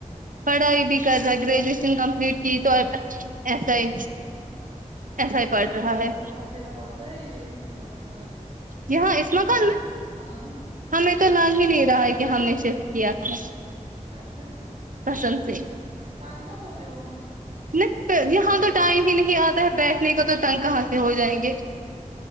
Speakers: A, on the right (about 80°); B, on the right (about 55°).
A: پڑھائی بھی کر رہا ہے گریجویشن کمپلیٹ کی تو ایسا ہی ایسا ہی
B: میں
A: پڑھ
B: بول
A: رہا
B: رہی ہوں آپ
A: ہے
B: کو وہاں پے اب آتا ہے یے حساب کتاب
A: یہاں اس مکان میں
B: ہاں
A: ہمیں تو لگ ہی نہیں رہا ہے کی ہم نے شفٹ کیا ہے
B: سچ میں
A: قسم سے
B: تانگ مت ہوتے ہو وہاں پے
A: نہیں یہاں تو ٹائم ہی نہیں آتا ہے بیٹھنے کا تو تنگ کہاں سے ہو جائیں گے